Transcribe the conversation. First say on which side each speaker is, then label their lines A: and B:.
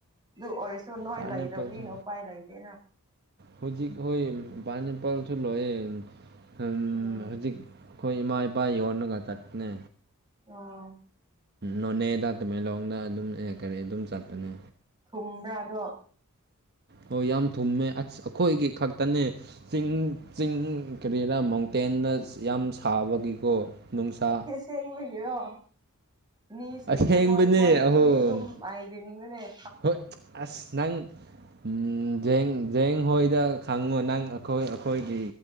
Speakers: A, on the right; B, on the right.
A: ꯑꯗꯨ ꯑꯣꯏꯔꯁꯨ ꯅꯣꯏ
B: ꯄꯥꯏꯅꯦꯄꯜꯁꯨ
A: ꯂꯩꯕꯅꯤꯅ ꯎꯄꯥꯏ ꯂꯩꯇꯦꯅ
B: ꯍꯧꯖꯤꯛ ꯍꯣꯏ ꯄꯥꯏꯅꯦꯄꯜꯁꯨ ꯂꯣꯏꯌꯦꯦ
A: ꯎꯝ
B: ꯍꯧꯖꯤꯛ ꯑꯩꯈꯣꯏ ꯏꯃꯥ ꯏꯄꯥ ꯌꯣꯟꯂꯒ ꯆꯠꯅ
A: ꯑꯣ
B: ꯅꯣꯅꯦꯗ ꯇꯃꯦꯡꯂꯣꯡꯗ ꯑꯗꯨꯝ ꯑꯦ ꯀꯔꯤ ꯑꯗꯨꯝ ꯆꯠꯄꯅꯦ
A: ꯎꯝ ꯊꯨꯝꯕ꯭ꯔꯥ ꯑꯗꯣ
B: ꯍꯣꯏ ꯌꯥꯝ ꯊꯨꯝꯃꯦ ꯑꯁ ꯑꯩꯈꯣꯏꯒꯤ ꯈꯛꯇꯅꯦ ꯆꯤꯡ ꯆꯤꯡ ꯀꯔꯤꯔꯥ ꯃꯥꯎꯟꯇꯦꯗ ꯌꯥꯝ ꯁꯥꯕꯒꯤꯀꯣ ꯅꯨꯡꯁꯥ
A: ꯁꯦꯝꯦꯡꯕꯒꯤꯔꯣ ꯃꯤꯁꯤꯡꯁꯦ
B: ꯑꯁꯦꯡꯕꯅꯦ
A: ꯃꯣꯏ ꯃꯣꯏꯒꯤꯗꯤ
B: ꯑꯍꯣꯝ
A: ꯑꯗꯨꯝ ꯍꯥꯏꯗꯅꯤꯡꯕꯅꯦ
B: ꯍꯣꯏ ꯑꯁ ꯅꯪ ꯎ ꯖꯦꯟ ꯖꯦꯡ ꯍꯣꯏꯗ ꯈꯪꯉꯣ ꯅꯪ ꯑꯩꯈꯣꯏ ꯑꯩꯈꯣꯏꯒꯤ